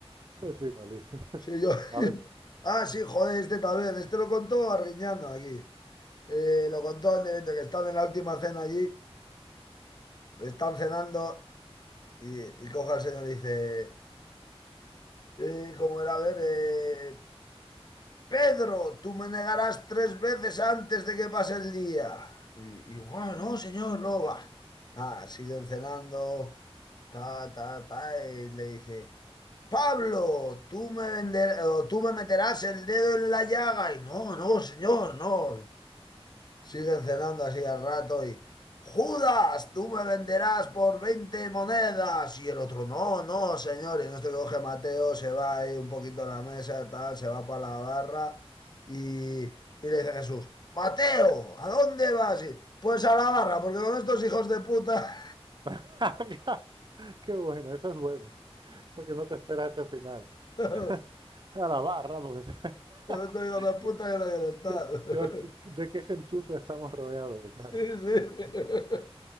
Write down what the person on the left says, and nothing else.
Sí, yo...
<laughs>
Ah, sí, joder, este también. Este lo contó Arguiñano aquí. Eh, lo contó en el evento que están en la última cena allí. Están cenando y, y coge al señor y dice... Eh, ¿cómo era? A ver, eh, Pedro, tú me negarás tres veces antes de que pase el día. Y, y, "Guau, no, señor, no va. Ah, siguen cenando, ta, ta, ta, y le dice, Pablo, tú me vender- o tú me meterás el dedo en la llaga. Y no, no, señor, no. Siguen cenando así al rato y, Judas, tú me venderás por 20 monedas. Y el otro, no, no, señor. Y en esto que coge Mateo, se va ahí un poquito a la mesa, tal, se va para la barra y, y le dice Jesús, Mateo, ¿a dónde vas? Y, pues a la barra, porque con estos hijos de puta,
<laughs> con
estos hijos
de puta yo no quiero estar.
<laughs>
Sí, sí. <laughs>